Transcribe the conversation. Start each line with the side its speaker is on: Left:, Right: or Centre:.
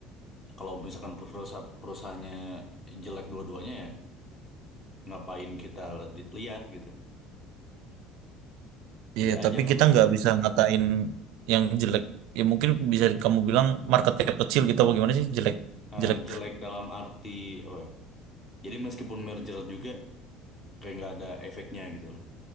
Left: Kalau misalkan perusahaan perusahaannya jelek dua-duanya ya ngapain kita li- lihat gitu. Lebih
Right: Iya
Left: aja
Right: tapi
Left: kan
Right: kita
Left: berarti
Right: nggak bisa ngatain yang jelek. Ya mungkin bisa kamu bilang market cap kecil gitu apa gimana sih jelek
Left: eh,
Right: jelek
Left: jelek dalam arti apa ya? Jadi meskipun merger juga kayak nggak ada efeknya gitu lah.